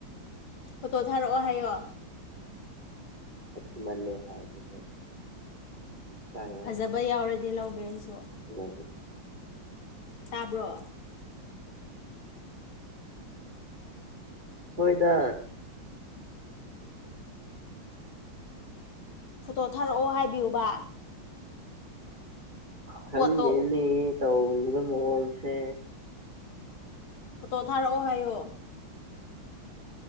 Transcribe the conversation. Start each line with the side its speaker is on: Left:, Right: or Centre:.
Left: ꯐꯣꯇꯣ ꯊꯥꯔꯛꯑꯣ ꯍꯥꯏꯌꯣ
Right: ꯈ ꯃꯅꯦ ꯍꯥꯏꯥꯏ ꯇꯥꯏ
Left: ꯐꯖꯕ ꯌꯥꯎꯔꯗꯤ ꯂꯧꯒꯦ ꯑꯩꯁꯨ
Right: ꯍ
Left: ꯇꯥꯕ꯭ꯔꯣ
Right: ꯍꯣꯏꯗ
Left: ꯐꯣꯇꯣ ꯊꯥꯔꯛꯑꯣ ꯍꯥꯏꯕꯤꯌꯨꯕ
Right: ꯈꯪꯗꯦꯅꯦ
Left: ꯄꯣꯠꯇꯣ
Right: ꯇꯧꯔꯤꯕ ꯃꯑꯣꯡꯁꯦ
Left: ꯐꯣꯇꯣ ꯊꯥꯔꯛꯑꯣ ꯍꯥꯏꯌꯣ